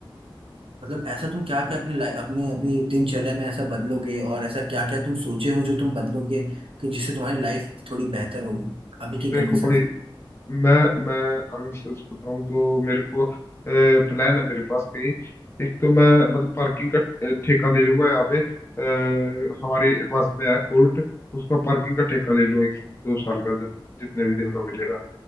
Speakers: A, on the right; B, on the left.
A: मतलब ऐसा तुम क्या क्या अपने लाइ- अपने अभी दिनचर्या में ऐसा बदलोगे और ऐसा क्या क्या तुम सोचे हो जो तुम बदलोगे कि जिससे तुम्हारी लाइफ थोड़ी बेहतर होगी अभी की
B: देखो
A: कंडीशन
B: भाई
A: से
B: मैं मैं अगर सच बताऊं तो मेरे को प्लान है मेरे पास कहीं एक तो मैं मतलब पार्किंग का अ, ठेका ले लूंगा यहाँ पे अ, हमारे पास में है कोर्ट उसका पार्किंग का ठेका ले लूं एक दो साल का जब जितने भी दिन का मिलेगा